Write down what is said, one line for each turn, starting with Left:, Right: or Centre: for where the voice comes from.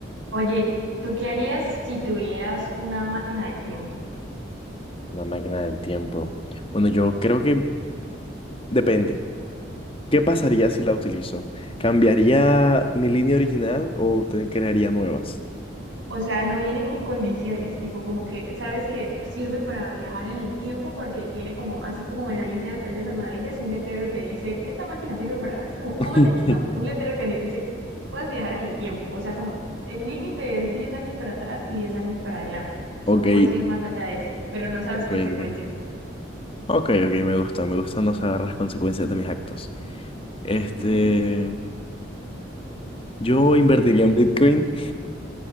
Right: Oye, ¿tú qué harías si tuvieras una máquina del tiempo?
Left: Una máquina del tiempo. Bueno, yo creo que depende. ¿Qué pasaría si la utilizo? ¿Cambiaría mi línea original o te crearía nuevas?
Right: O sea, no viene con condiciones, tipo como que sabes que sirve para viajar en el tiempo porque tiene como, así como en Alicia en el País de las Maravillas, un letrero que dice, esta máquina sirve para, así como, cómeme,
Left: <laughs>
Right: no, un letrero que sirve, dice, puedes viajar en el tiempo. O sea, como el límite es 10 años para atrás y 10 años para adelante.
Left: Ok,
Right: No puedes ir más allá de eso, pero no sabes
Left: ok,
Right: consecuencias.
Left: ok. Ok, ok, me gusta, me gusta no saber las consecuencias de mis actos. Este,
Right: <laughs>
Left: yo invertiría
Right: ¿Qué harías?
Left: en Bitcoin,